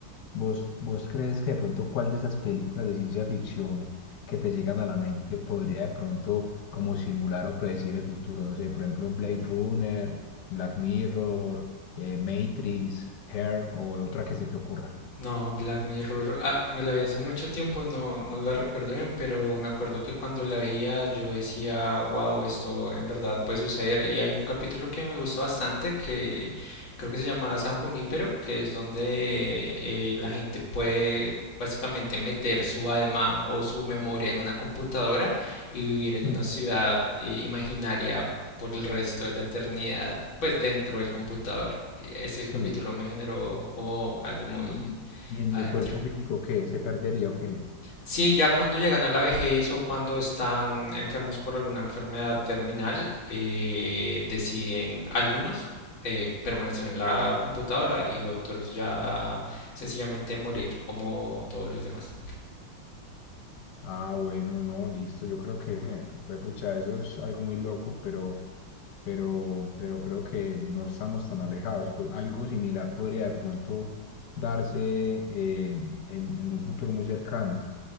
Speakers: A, on the left (about 65°); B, on the left (about 80°).
A: ¿Vos, vos crees que de pronto cuál de esas películas de ciencia ficción que te llegan a la mente podría de pronto como simular o predecir el futuro? No sé, por ejemplo, Blade Runner, Black Mirror, eh, Matrix, Hair o otra que se te ocurra.
B: No, Black Mirror, ah, me la vi hace mucho tiempo, no, no la recuerdo bien, pero me acuerdo que cuando la veía yo decía, wow, esto en verdad puede suceder. Y hay un capítulo que me gusta bastante que creo que se llama San Junípero, que es donde eh, la gente puede básicamente meter su alma o su memoria en una computadora y vivir en
A: Hmm,
B: una ciudad eh, imaginaria por el resto de la eternidad. pues dentro del computador. Y Ese
A: Sí.
B: capítulo me generó como algo muy,
A: Bueno, y, y en
B: adentro.
A: y el cuerpo físico, ¿qué? ¿Se perdería o qué?
B: Sí, ya cuando llegan a la vejez o cuando están enfermos por alguna enfermedad terminal, eh, deciden, algunos eh, permanecen en la computadora y otros ya sencillamente morir como todos los demás.
A: Ah, bueno, no, listo. Yo creo que, eh, pues, pucha, eso es algo muy loco, pero, pero, pero creo que no estamos tan alejados. Pues algo similar podría de pronto darse eh, en, en un futuro muy cercano.